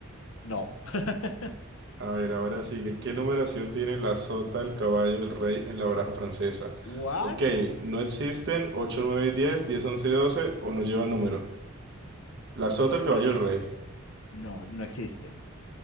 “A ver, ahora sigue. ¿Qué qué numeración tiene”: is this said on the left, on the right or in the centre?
Right